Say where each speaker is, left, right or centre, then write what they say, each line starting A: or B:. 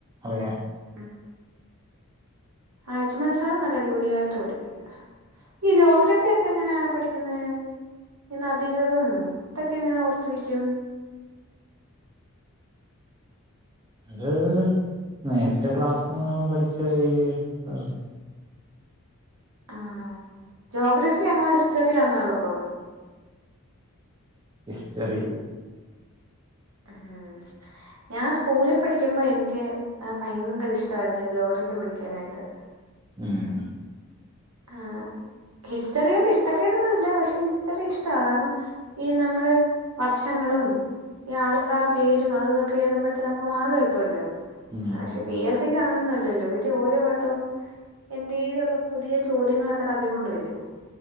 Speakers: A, on the right (about 20°); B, on the right (about 85°).
A: അറിയാം
B: ഹ്മ്മ് അജ്മൽ സാറും നല്ല അടിപൊളിയായിട്ട് പഠിപ്പിക്കും ഈ ജോഗ്രഫി ഒക്കെ എങ്ങനെയാ പഠിക്കുന്നേ ഈ നദികളും ഇതൊക്കെ എങ്ങനെ ഓർത്തിരിക്കും
A: അത് നേരത്തെ ക്ലാസ്സിന് പോയപ്പം പഠിച്ച ഈ ഇതാണ്.
B: ആഹ്, ജോഗ്രഫി ആണോ ഹിസ്റ്ററി ആണോ എളുപ്പം?
A: ഹിസ്റ്ററി.
B: ആഹ് ഞാൻ സ് കൂളിൽ പഠിക്കുമ്പം എനിക്ക് ആ ഭയങ്കര ഇഷ്ടവായിരുന്നു ജോഗ്രഫി പഠിക്കാനായിട്ട്
A: ഉം
B: ആഹ് ഹിസ്റ്ററിയോട് ഇഷ്ടക്കേടൊന്നുല്ല പക്ഷെ ഹിസ്റ്ററി ഇഷ്ടാ കാരണം. ഈ നമ്മള് വർഷങ്ങളും ഈ ആൾക്കാര പേരും അതൂതൊക്കെ എഴതുമ്പത്തിന് നമുക്ക് മാർക്ക് കിട്ടുവല്ലോ.
A: ഉം
B: പക്ഷേ പി എസ് സിക്ക് അങ്ങനൊന്നും അല്ലല്ലോ ഓര് ഓരോ വട്ടം എന്തേലൊക്കെ പുതിയ ചോദ്യങ്ങളൊക്കെ തപ്പിക്കൊണ്ട് വരും.